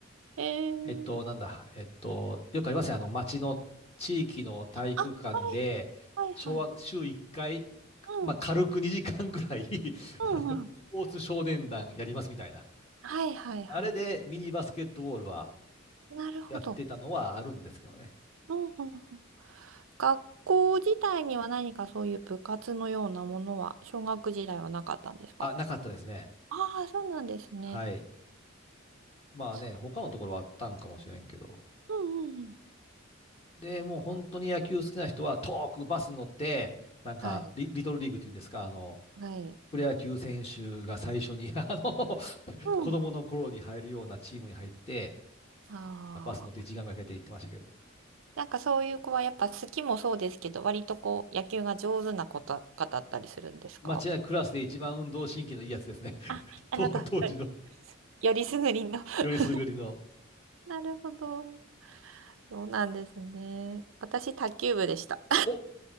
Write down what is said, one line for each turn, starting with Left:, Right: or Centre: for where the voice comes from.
Right: へえ。
Left: えっと、なんだ、えっと、よくありますね、あの、町の地域の体育館で、
Right: あ、はいはい。
Left: 小学、
Right: はいはい。
Left: 週1回、
Right: うん。
Left: まあ、軽く2時間ぐらい <laughs>
Right: うん
Left: あの、スポーツ少年団やりますみたいな。
Right: はいはいはい。
Left: あれでミニバスケットボールは
Right: なるほど。
Left: やってたのはあるんですけどね。
Right: うんうんうん。学校自体には何かそういう部活のようなものは、小学時代はなかったんですか
Left: あ、なかったですね。
Right: ああー、そうなんですね。
Left: はい。まあね、
Right: そ
Left: 他のところはあったんかもしれんけど。
Right: うんうんうん。
Left: で、もう本当に野球好きな人は遠くバスに乗って、なんかリ、
Right: はい。
Left: リトルリーグっていうんですか、あの、
Right: はい。
Left: プロ野球選手が最初に、<laughs> あの、
Right: うん。
Left: 子供の頃に入るようなチームに入って、
Right: ああ。
Left: バス乗って一時間ぐらいかけて行ってましたけど、
Right: なんかそういう子はやっぱ好きもそうですけど、割とこう、野球が上手な子とかだったりするんですか
Left: 間違いなくクラスで一番運動神経のいいやつですね。<laughs>
Right: あ、
Left: 当当時の、
Right: なるほど。よりすぐりの。<laughs>
Left: よりすぐりの。
Right: なるほど。そうなんですね。私、卓球部でした。
Left: お、